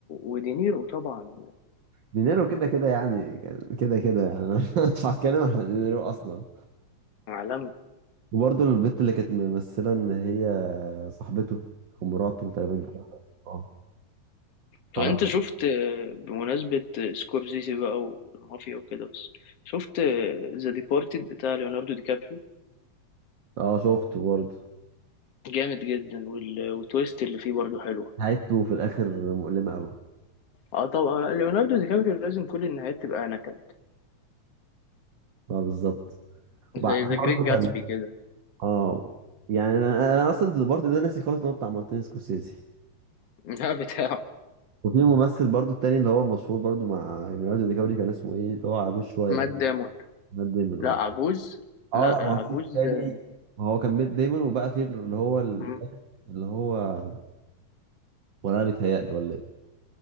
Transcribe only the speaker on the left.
ودينيرو طبعا
عالمي
طب
انت شفت آه، بمناسبة آه، سكورسيزي بقى والمافيا وكده بس شفت ذا ديبارتد بتاع ليوناردو دي كابريو
جامد جدا وال- والتويست اللي فيه برضو حلوة
اه طبعا ليوناردو دي كابريو لازم كل النهايات تبقى نكد
زي ذا جريت
جاتسبي
كده
<laughs> ده بتاعه
مات
دامون
لا عجوز لا
عجوز
آه،
مم.